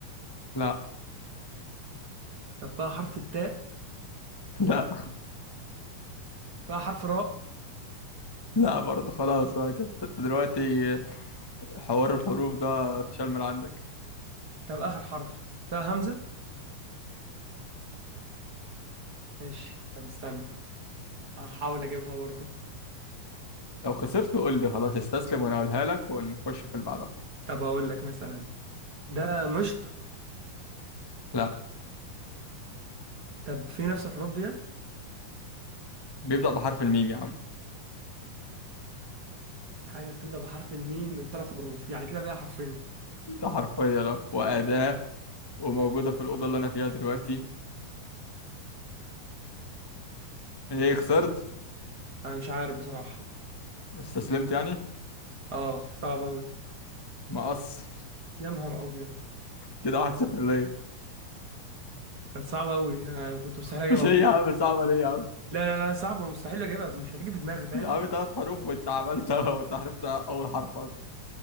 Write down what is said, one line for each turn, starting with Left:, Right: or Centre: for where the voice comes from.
Left: لا
Right: طب فيها حرف التاء
Left: لا
Right: فيها حرف راء
Left: لا برضه خلاص بقى كده انت دلوقتي حوار الحروف ده اتشال من عندك
Right: طب اخر حرف فيها همزة ماشي طب استنى هحاول اجيبها برضو
Left: لو خسرت قول لي خلاص استسلم وانا اقولها لك ونخش في اللي بعدها
Right: طب اقول لك مثلا ده مشط
Left: لا
Right: طب في نفس الحروف ديت
Left: بيبدأ بحرف الميم يا عم
Right: حاجه بتبدا بحرف الميم من ثلاث حروف يعني كده بقى حرفين
Left: <laughs> ده حرفيا اه وأداة وموجودة في الأوضة اللي أنا فيها دلوقتي إيه خسرت؟
Right: انا مش عارف بصراحه
Left: استسلمت يعني؟
Right: اه صعب قوي
Left: مقص
Right: يا نهار ابيض
Left: كده واحد صفر ليا
Right: كانت صعبه قوي انا كنت مستحيل
Left: <laughs>
Right: اجيبها
Left: ليه
Right: بصراحه
Left: يا عم صعبة ليه يا عم؟
Right: لا لا لا صعبه مستحيل اجيبها مش هتيجي في دماغي فاهم
Left: يا عم تلات حروف وأنت عملتها <laughs> وأنت عرفت أول حرف أصلا